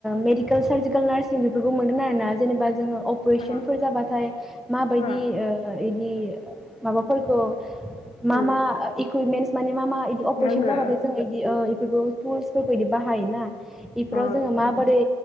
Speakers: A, in the centre; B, on the left.
A: मेडिकेल सार्जिकेल नार्सिं बेफोरखौ मोनगोन आरोना जेनेबा जोङो अपरेसनफोर
B: अ
A: जाबाथाय माबायदि
B: अ
A: ओ इदि माबाफोरखौ मा
B: उम
A: मा इकुइपमेन्स माने मा मा इदि अपेरेसन
B: नांगो
A: जाबाथाय इदि ओ एफोरखो फुस बेफोरबायदि बाहायोना इफोराव
B: अ
A: जोङो माबोरै